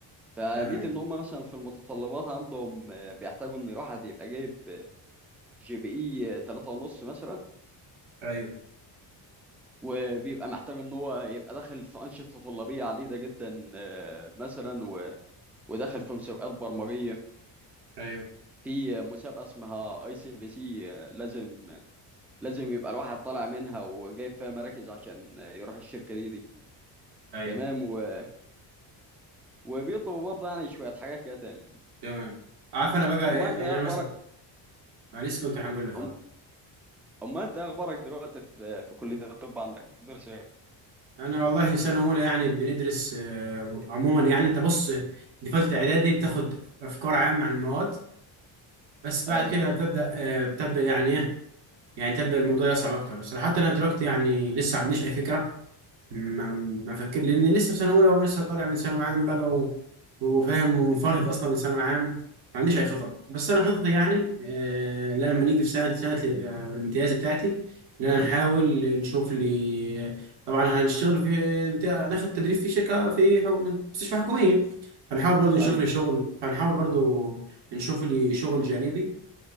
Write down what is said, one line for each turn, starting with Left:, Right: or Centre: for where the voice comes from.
Centre: فلقيت
Right: تمام
Centre: ان هم مثلا في المتطلبات عندهم آه، بيحتاجوا ان واحد يبقى جايب جي بي اي 3 ونص مثلا
Right: ايوه
Centre: وبيبقى محتاج ان هو يبقى داخل في انشطه طلابيه عديده جدا آه، مثلا و... وداخل في مسابقات برمجيه
Right: ايوه
Centre: في مسابقه اسمها اي سي بي سي لازم لازم يبقى الواحد طالع منها وجايب فيها مراكز عشان يروح الشركة دي دي
Right: ايوه
Centre: تمام و... وبيطلبوا برضه يعني شوية حاجات كده تاني
Right: تمام عارف انا بقى
Centre: أما
Right: ايه
Centre: أنت
Right: يعني
Centre: إيه
Right: انا
Centre: أخبارك
Right: مثلا انا لسه كنت هنقول لك
Centre: أم...
Right: اهو
Centre: أما أنت إيه أخبارك دلوقتي في في كلية الطب عندك بتدرس إيه؟
Right: انا والله سنه اولى يعني بندرس آه، عموما يعني انت بص دي فتره اعدادي بتاخد افكار عامه عن المواد بس بعد
Centre: أيوه
Right: كده بتبدا آه، بتبدا يعني ايه يعني تبدا الموضوع يصعب اكتر بس حتى انا دلوقتي يعني لسه ما عنديش اي فكره ما ما فكر لان لسه في سنه اولى ولسه طالع من ثانوي عام بقى و... وفاهم ومنفرد اصلا من ثانوي عام ما عنديش اي خطط بس انا خططي يعني آه لا، لما نيجي في سنه سنه ال- آه، الامتياز بتاعتي ان انا نحاول نشوف لي طبعا هنشتغل في بتاع ناخد تدريب في شركه في حكم... مستشفى حكوميه هنحاول برضه نشوف
Centre: أيوه
Right: لي شغل فهنحاول برضه نشوف لي شغل جانبي